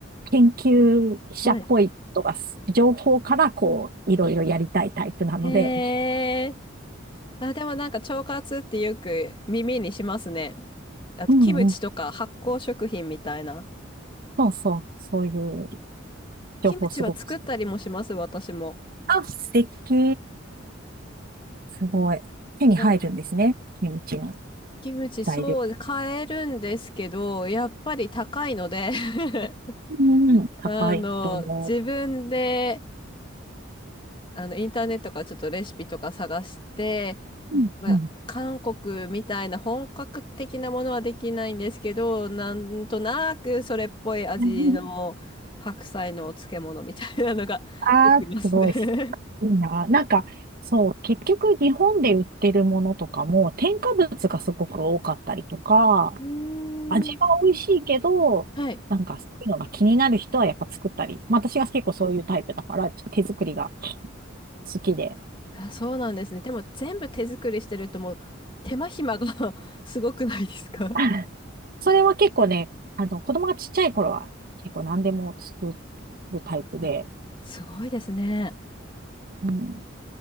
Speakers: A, on the right (about 50°); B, on the left (about 25°).
A: 研究者っぽいことが情報からこう、
B: はい。
A: いろいろやりたいタイプなので、
B: へえ、あ、でもなんか腸活ってよく耳にしますね。あと、
A: うんうん。
B: キムチとか発酵食品みたいな。
A: そうそう、そういう情報すごく好き。
B: キムチは作ったりもします、私も。
A: あ、素敵。すごい。手に入るんですね。
B: はい
A: キムチの
B: キムチ、
A: 材料。
B: そう、買えるんですけど、やっぱり高いので <laughs>
A: うんうん、高いと思
B: あの、自分で、あの、インターネットからちょっとレシピとか探して、
A: う。うんうん
B: まあ、韓国みたいな本格的なものはできないんですけど、なんとなくそれっぽい味の白菜のお漬物みたいなのができますね
A: <laughs> ああ、すごいっす。いいな。なんか、そう、結局日本で売ってるものとかも添加物がすごく多かったりとか、
B: <laughs> うーん。
A: 味は美味しいけど、
B: はい。
A: なんかそういうのが気になる人はやっぱ作ったり、まあ私が結構そういうタイプだから、手作りが好きで。
B: あ、そうなんですね。でも全部手作りしてるともう手間暇が <laughs> すごくないですか
A: <laughs> それは結構ね、あの、子供がちっちゃい頃は結構何でも作るタイプで、
B: すごいですね。
A: うん、